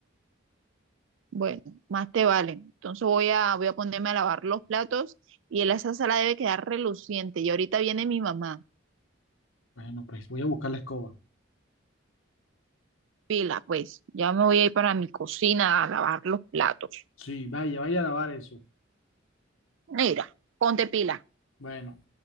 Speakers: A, on the right (about 70°); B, on the left (about 80°).
A: Bueno, más te vale. Entonces voy a, voy a ponerme a lavar los platos y la- esa sala debe quedar reluciente. Y ahorita viene mi mamá.
B: Bueno, pues voy a buscar la escoba.
A: Pila, pues ya me voy a ir para mi cocina a lavar los platos.
B: Sí, vaya, vaya a lavar eso.
A: Mira, ponte pila.
B: Bueno,